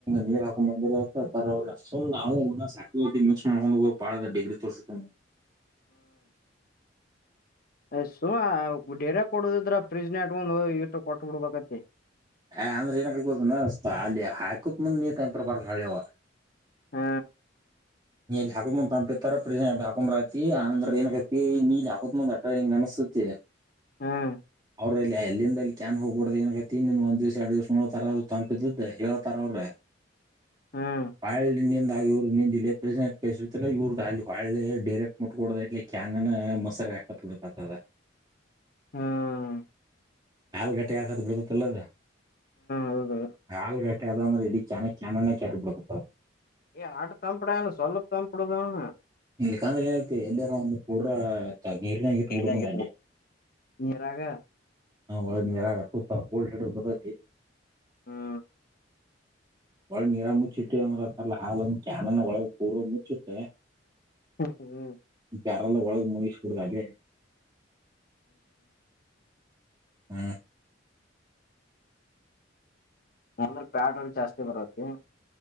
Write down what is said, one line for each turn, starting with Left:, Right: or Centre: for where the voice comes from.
Right: ನೀರ್ ಹಾಕೊಂಡ್ ಬಂದಿರರ ಅವ್ರರು ಸು್ ನಾವು ಮನ ಸಾಕಿ್ವಿ ಮಿಕ್ಸ್ ಮಾಡಕೊಂಡು ಭಾಳ ಅಂದ್ರ ಡಿಗ್ರಿ ತೋರ್ಸ್ತೀನಿ.
Left: ಏ ಸುಮ ಡೇರ್ಯಾಗ್ ಕೊಡುದಿದ್ರ ಫ್ರಿಜ್ ನಾಗ್ ಇಟ್ಕೊಂಡ್ ಹೋಗಿ ಇಟ್ಟ ಕೊಟ್ಟ ಬಿಡೋದ್ ಆಗತೈತಿ.
Right: ಹೇ ಅಂದ್ರ ಏನ ಆಕ್ಕೆತ್ ಗೊತ್ತೆನ್ ಸ್ಥ ಅಲ್ಲಿ ಹಾಕೂತ ಮುಂದ್ ನೀರ್ ಕಂಡಿರಬಾರ್ದ ಹೊಳ್ಳಿ ಅವ.
Left: ಹ್ಮ
Right: ನೀ ಅಲ್ಲಿ ಹಾಕೋಮುಂದ ತಂಪ ಇತ್ತ ಅಂದ್ರ ಫ್ರಿಡ್ಜ್ನಾಗ್ ಅಷ್ಟ ಹಾಕೊಂಡ್ ಅಂದ್ರೆ ಏನಕತ್ತ ನೀಲಿ ಹಾಕೋತ್ ಮುಂದ್ ಅಟ್ಟ ಹಿಂಗ್ ಅನಸುತ್ತೇ
Left: ಹ್ಮ್
Right: ಅವ್ರ ಇ ಎಲ್ಲಿಂದ ಅಲ್ಲಿ ಕ್ಯಾನ್ ಹೋಗ್ಬಡ ನಕ ಹತ್ತತಿಂದ್ ದಿವಸ ಎಡು ದ್ಸ ನೋತಾರ ತಂಪಿದದು ಹೇಳ್ತಾರ ಅವ್ರೆ
Left: ಹ್ಮ್
Right: ಪಾಯಲ್ಲಿ ನಂದಾಗಿ ಇವರು ನಂದಿಲ್ಲ ಕ ಇವ್ರದ ಅಲ್ಲಿ ಒಳ್ಳೆ ಡರೆಕ್ಟ್ ಮುಟ್ಕಡ ಇಲಿ ಕ್ಯಾಂಗ ಮೊಸರ ಹಾಕತ್ಡದ
Left: ಹ್ಮ್
Right: ನಲ್ಗಟೇ ಹಕತಾ ಬಿಡ್ತಾದ ಇಲ್ಲ ಅದು
Left: ಹೌದು
Right: ಹಾಲ್ಗಟ್ಟೆ ಅದು ಅಂದ್ರೆ ಇಡೀ ಕಾನ ಕಾನನ ಕೆರ್ಬತ್ತ ಅದು
Left: ಏ್ ಆಡ್ ತಂಪಡ ಸಲ್ಲ ತಂಪುಡ ಅವ್ನು
Right: ಇಲ್ಲಿಕಂದ್ರೆ ಏನೈತಿ ಎಲ್ಲಾರ ಒಂದು ಪೂಡ್ರ ನೀರಿನಗಿತ್ತು
Left: ನೀರ್ನಾಗ
Right: ಬಿಡ
Left: ಇಟ್ಟ
Right: ಅಲ್ಲಿಯ
Left: ನೀರಾಗ
Right: ನಾ ಒಳ ನೀರಾಗ ಹಕ್ಕೊತ್ತ ಕೋಲ್ಡ್ <unintelligible> ಬತ್ತತ್ತಿ <inaudible>
Left: ಹ್ಮ್
Right: ಒಳಗ್ ನೀರಾಗ ಮುಚ್ಚಿಟ್ಟೆ ಅಂದ್ರ ಅಂತಾರಲಾ ಹಾಲನ್ನ ಕ್ಯಾನನ್ ಒಳಗ ಪೂರಾ ಮುಚ್ಚಿಟ್ಟಿ
Left: ಹ್ಮ್ ಹ್ಮ್
Right: ಬ್ಯಾರೆಲ್ಲದಾಗ್ ಒಳಗ ಮುಳುಗಿಸಬಿಡೋದ ಅಲ್ಲೇ. <unintelligible> ಹ್ಮ
Left: ಅಂದ್ರ ಫ್ಯಾಟ್ ಅಲ್ಲಿ ಜಾಸ್ತಿ ಬರ್ತೈತಿ.